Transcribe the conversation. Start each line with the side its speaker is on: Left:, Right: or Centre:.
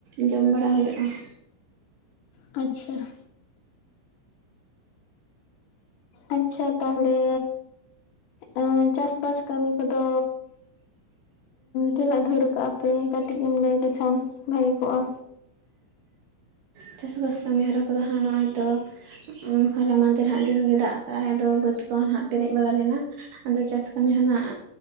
Right: ᱜᱮ ᱡᱚᱢ ᱵᱟᱲᱟ ᱦᱩᱭᱩᱜᱼᱟ ᱾
Left: ᱟᱪᱪᱷᱟ ᱾ ᱟᱪᱪᱷᱟ ᱛᱟᱦᱚᱞᱮ ᱩ ᱪᱟᱥᱵᱟᱥ ᱠᱟᱹᱢᱤ ᱠᱚᱫᱚ? ᱛᱤᱱᱟᱹᱜ ᱫᱷᱩᱨ ᱠᱟᱜᱼᱟ ᱯᱮ ᱠᱟᱹᱴᱤᱡ ᱮᱢ ᱞᱟᱹᱭ ᱞᱮᱠᱷᱟᱱ ᱵᱷᱟᱜᱤ ᱠᱚᱜᱼᱟ?
Right: ᱪᱟᱥ ᱵᱟᱥ ᱠᱟᱹᱢᱤ ᱦᱚᱨᱟ ᱠᱚᱫᱚ ᱦᱟᱸᱜ ᱱᱚᱜᱼᱚᱭ ᱛᱚ ᱩᱸ ᱦᱚᱞᱟ ᱢᱟᱫᱷᱮᱨ ᱦᱟᱸᱜ ᱫᱤᱱ ᱜᱮ ᱫᱟᱜ ᱠᱟᱜᱼᱟᱭ ᱟᱫᱚ ᱵᱟᱹᱫᱽ ᱠᱚ ᱦᱟᱸᱜ ᱯᱮᱨᱮᱡ ᱵᱟᱲᱟ ᱞᱮᱱᱟ ᱟᱫᱚ ᱪᱟᱥ ᱠᱟᱹᱢᱤ ᱦᱚᱱᱟᱜ